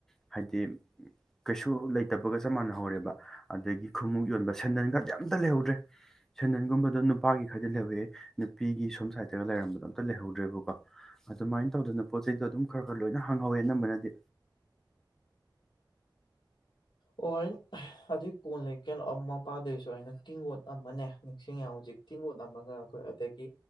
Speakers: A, in the centre; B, on the left.
A: ꯍꯥꯏꯗꯤ ꯀꯩꯁꯨ ꯂꯩ ꯇꯕꯒ ꯆꯞ ꯃꯥꯟꯅꯍꯧꯔꯦꯕ ꯑꯗꯒꯤ ꯈꯨꯃꯨꯛ ꯌꯣꯟꯕ ꯁꯦꯟꯗꯟꯒꯗꯤ ꯑꯝꯇ ꯂꯩꯍꯧꯗ꯭ꯔꯦ ꯁꯦꯟꯗꯟꯒꯨꯝꯕꯗ ꯅꯨꯄꯥꯒꯤ ꯈꯔꯗꯤ ꯂꯩꯍꯧꯑꯦ ꯅꯨꯄꯤꯒꯤ ꯁꯣꯝ ꯁꯥꯏꯠꯇꯒ ꯂꯩꯔꯝꯕꯗꯣ ꯑꯝꯇ ꯂꯩꯍꯧꯗ꯭ꯔꯦꯕꯀꯣ ꯑꯗꯨꯃꯥꯏ ꯇꯧꯗꯅ ꯄꯣꯠ ꯆꯩꯗꯣ ꯑꯗꯨꯝ ꯈꯔ ꯈꯔ ꯂꯣꯏꯅ ꯍꯥꯡꯍꯧꯋꯦ ꯑꯅꯝꯕꯅꯗꯤ
B: ꯑꯣꯏ ꯑꯗꯨꯏ ꯀꯣꯟ ꯂꯩ ꯀꯩꯅꯣ ꯑꯃ ꯃꯄꯥꯗꯣꯏꯁꯨ ꯑꯩꯅ ꯇꯤꯡꯒꯣꯠ ꯑꯃꯅꯦ ꯅꯤꯡꯁꯤꯡꯉꯦ ꯍꯧꯖꯤꯛ ꯇꯤꯡꯒꯣꯠ ꯑꯃꯒ ꯑꯩꯈꯣꯏ ꯑꯗꯒꯤ